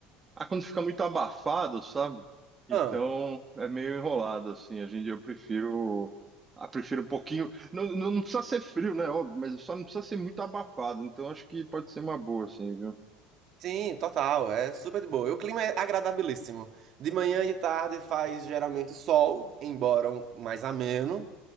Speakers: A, on the right; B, on the right.
A: ah, quando fica muito abafado, sabe? Então
B: Ah,
A: é meio enrolado, assim. A gente, eu prefiro, ah, prefiro um pouquinho. Não, não, não precisa ser frio, né? Óbvio, mas só não precisa ser muito abafado. Então acho que pode ser uma boa, assim, viu?
B: sim, total, é super de boa. E O clima é agradabilíssimo. De manhã e de tarde faz geralmente sol, embora um- mais ameno.